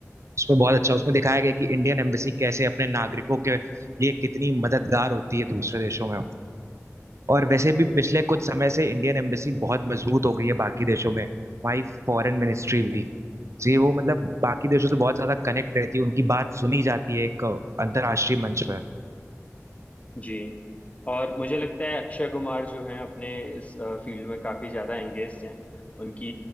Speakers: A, on the right (about 60°); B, on the left (about 25°).
A: उसमें बहुत अच्छा उसमें दिखाया गया कि इंडियन एम्बेसी कैसे अपने नागरिकों के लिए कितनी मददगार होती है दूसरे देशों में और वैसे भी पिछले कुछ समय से इंडियन एम्बेसी बहुत मजबूत हो गई है बाकी देशों में वहीं फॉरेन मिनिस्ट्री भी जी वो मतलब बाकी देशों से बहुत ज्यादा कनेक्ट रहती है उनकी बात सुनी जाती है एक अंतर्राष्ट्रीय मंच पर
B: जी और मुझे लगता है अक्षय कुमार जो हैं अपने इस फील्ड में काफी ज्यादा एंगेज्ड हैं उनकी